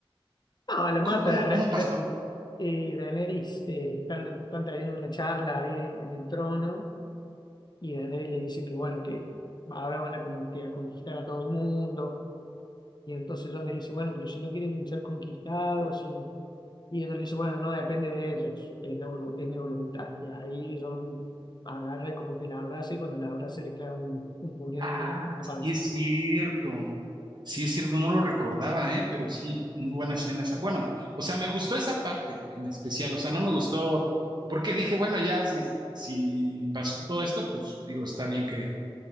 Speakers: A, on the left; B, on the right.
A: No, la mata.
B: ¿Cómo, cómo,
A: de re-
B: cómo pasó?
A: de- eh, Daenerys eh, están, están teniendo una charla ahí en el trono y Daenerys le dice que, bueno, que ahora van a como que a conquistar a todo el mundo Y entonces Dios le dice, bueno, pero si no quieren ser conquistados, y, y ella le dice, bueno, no depende de ellos, es, la volu- es mi voluntad. Y ahí John agarra y como que la abraza y cuando la abraza le clava un, un puñal
B: Ah,
A: en la, en la panza.
B: sí es cierto. Sí es cierto, no lo recordaba, ¿eh? Pero sí, muy buena escena esa. Bueno, o sea, me gustó esa parte en especial, o sea, no me gustó porque dije, bueno, ya si, si pasó todo esto, pues digo, está bien que,